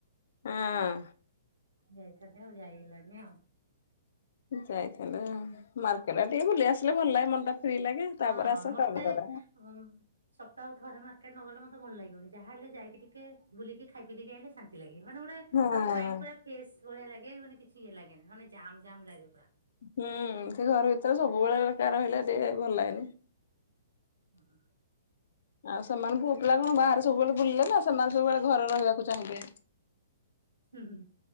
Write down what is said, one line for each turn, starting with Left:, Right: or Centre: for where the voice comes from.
Left: ଆଁ।
Right: ଯାଇଥାନ୍ତେ ଆଉ ଯାଇ ହେଲାନି ଆଉ।
Left: ଯାଇଥିଲେ ମାର୍କେଟା ଟିକେ ବୁଲି ଆସିଲେ ଭଲ ଲାଗେ ମନ ଟା ଫ୍ରି ଲାଗେ।
Right: ହଁ
Left: ତାପରେ
Right: ହଁ
Left: ଆସ
Right: ମତେ
Left: କାମ କର।
Right: ଉମ୍ ସପ୍ତାହକୁ ଥରେ ମାର୍କେଟ ନ ଗଲେ ମତେ ଭଲ ଲାଗିବନି ଯାହା ହେଲେ ଯାଇକି ଟିକେ ବୁଲିକି ଖାଇ ପିକରି ଆଇଲେ। ଶାନ୍ତି ଲାଗେ ମାନେ ଗୋଟେ
Left: ହଁ
Right: ମାଇଣ୍ଡ ପୁରା ଫ୍ରେସ୍ ଭଳିଆ ଲାଗେ ମାନେ କିଛି ଇଏ ଲାଗେନି ମାନେ ଜାମ ଜମ୍ ଲାଗେ ପୁରା।
Left: ହୁଁ ସେଇ ଘର ଭିତରେ ସବୁବେଳେ ଏକା ରହିଲେ ଟିକେ ଭଲ ଲାଗେନି।
Right: ହୁଁ ହୁ।
Left: ଆଉ ସେମାନଙ୍କୁୁ ପୁଅ ପିଲା କଣ ବାହାରେ ସବୁବେଳେ ବୁଲିଲେ ନା ସେମାନେ ସବୁବେଳେ ଘରେ ରହିବାକୁ ଚାହିଁବେ।
Right: ହୁଁ ହୁଁ।